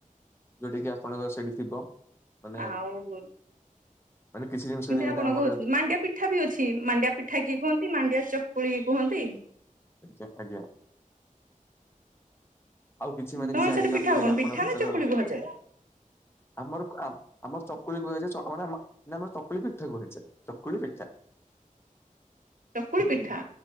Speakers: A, on the left; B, on the right.
A: ଯୋଉଠି କି ଆପଣଙ୍କର ସେଇଠି ଥିବ। ମାନେ
B: ଆଉ
A: ମାନେ କିଛି ଜିନିଷ ଯେମିତି
B: ଆପଣ
A: ଆମର
B: କହୁଛନ୍ତି ମାଣ୍ଡିଆ ପିଠା ବି ଅଛି ମାଣ୍ଡିଆ ପିଠା କିଏ କୁହନ୍ତି ମାଣ୍ଡିଆ ଚକୁଳି କୁହନ୍ତି।
A: ଆଚ୍ଛା ଆଜ୍ଞା। ଆଉ କିଛି ମାନେ
B: ତମର
A: କିଛି ଆଇଟମ୍
B: ସେଠି ପିଠା
A: ଯୋଉଟା
B: କଣ
A: କି ଆପଣଙ୍କ
B: ପିଠା
A: ଫସଲର
B: ନା ଚକୁଳି କୁହାଯାଏ?
A: ଆମର ଆମର ଚକୁଳି କୁହାଯାଏ ନା ଆମର ଚକୁଳି ପିଠା କୁହାଯାଏ ଚକୁଳି ପିଠା। <inaudible>
B: ଚକୁଳି ପିଠା